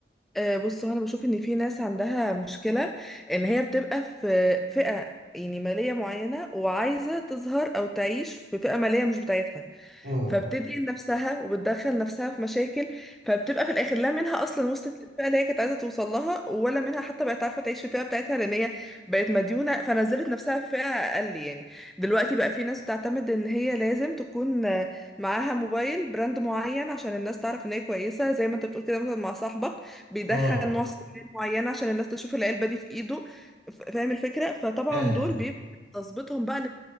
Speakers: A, in the centre; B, on the right.
A: آه، بص هو انا بشوف ان في ناس عندها مشكله ان هي بتبقى في فئه يعني ماليه معينه وعايزه تظهر او تعيش في فئه ماليه مش بتاعتها
B: امم
A: فبتدين نفسها وبتدخل نفسها في مشاكل فبتبقى في الاخر لا منها اصلا وصلت للفئه اللي هي كانت عايزه توصل لها ولا منها حتى بقت عارفه تعيش في الفئه بتاعتها لان هي بقت مديونه فنزلت نفسها في فئه اقل يعني دلوقتي بقى في ناس بتعتمد ان هي لازم تكون آه، معاها موبايل براند معين عشان الناس تعرف ان هي كويسه زي ما انت بتقول كده مثلا مع صاحبك بيدخل
B: امم
A: نوع سكين معين عشان الناس تشوف العلبه دي في ايده ف- فاهم الفكره فطبعا
B: جاهز
A: دول بيبقى تظبيطهم بقى